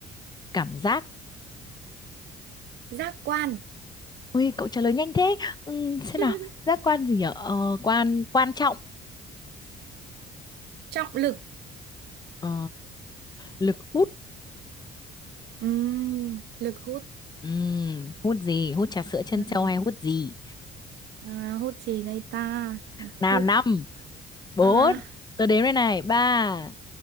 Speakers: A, on the left; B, on the right.
A: cảm giác.
B: giác quan,
A: Ui, cậu trả lời nhanh thế. Ừm, xem
B: <laughs>
A: nào, giác quan gì nhở? Ờ, quan quan trọng.
B: trọng lực.
A: Ờ, lực hút.
B: Ừm, lực hút.
A: Ừm, hút gì? Hút trà sữa trân
B: <laughs>
A: châu hay hút gì?
B: À, à, hút gì đây ta? À,
A: nào
B: hút
A: năm bốn
B: à,
A: tôi đếm đây này ba